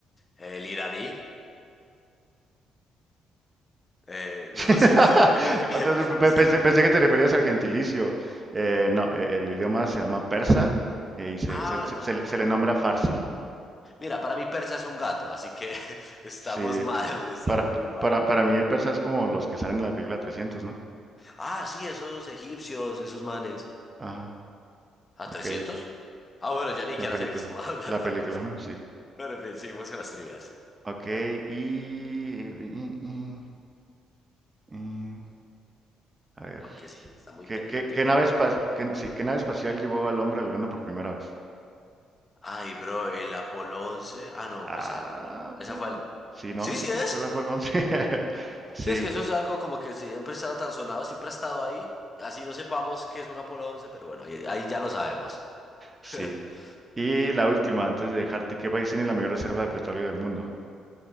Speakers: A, on the left; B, on the right.
A: el iraní, eh, <laughs>
B: <laughs>
A: no sé, es lo primero que
B: O sea,
A: <laughs>
B: pe- pe-
A: se
B: Pensé,
A: me viene.
B: pensé que te referías al gentilicio. Eh, no, eh, el idioma se llama persa eh, y se,
A: Ah,
B: se- se-
A: no.
B: se le se le nombra farsi.
A: Mira, para mí persa es un gato, así que <laughs> estamos
B: Sí.
A: mal, estamos
B: Para,
A: muy mal.
B: para, para mí, persa es como los que salen en la película 300, ¿no?
A: Ah, sí, esos egipcios, esos manes.
B: Ajá,
A: ¿A
B: ok,
A: trescientos Ah, bueno, ya ni siquiera
B: la película.
A: sé de qué estamos <laughs> hablando.
B: La película, ajá, sí.
A: Pero en fin, seguimos con las trivias.
B: Ok, y... y- y- y- a ver.
A: Porque sí, está muy interesante,
B: ¿Qué, qué- qué
A: créeme
B: nave espa-
A: que...
B: qué- sí, qué nave espacial llevó al hombre a la luna por primera vez?
A: Ay, bro, el Apolo once. Ah, no,
B: Ah,
A: pues al, no. Esa
B: perro.
A: fue al.
B: Sí, no,
A: Sí,
B: sí
A: sí
B: fue,
A: es.
B: fue la Apolo 11. <laughs> Sí,
A: Sí, es que eso es algo como que siempre ha estado tan sonado, siempre ha estado ahí. Así no sepamos que es un Apolo once, pero bueno, ahí, ahí ya lo sabemos.
B: sí.
A: <laughs>
B: Y la última, antes de dejarte, ¿qué país tiene la mayor reserva de petróleo del mundo?